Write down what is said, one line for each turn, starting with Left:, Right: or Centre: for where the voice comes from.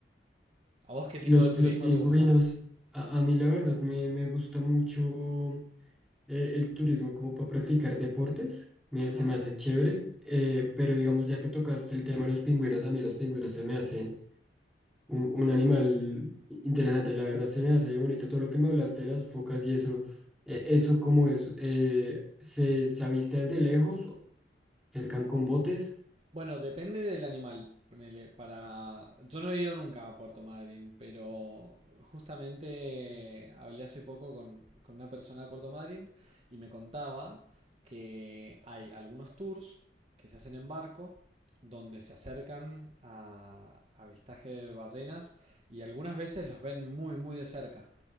Right: ¿A vos qué
Centre: Los,
Right: tipo de turismo
Centre: los pingüinos,
Right: te gusta?
Centre: a, a mí la verdad me, me gusta mucho, eh, el turismo como para practicar deportes. Me,
Right: Ajá.
Centre: se me hace chévere, eh, pero digamos, ya que tocaste el tema de los pingüinos, a mí los pingüinos se me hacen un, un animal interesante. La verdad se me hace bonito todo lo que me hablaste de las focas y eso. eh, ¿eso cómo es? Eh, ¿se, se avista desde lejos o se acercan con botes?
Right: Bueno, depende del animal. Ponele, para... Yo no he ido nunca a Puerto Madryn, pero justamente hablé hace poco con, con una persona de Puerto Madryn y me contaba que hay algunos tours que se hacen en barco donde se acercan a a avistaje de ballenas y algunas veces los ven muy, muy de cerca.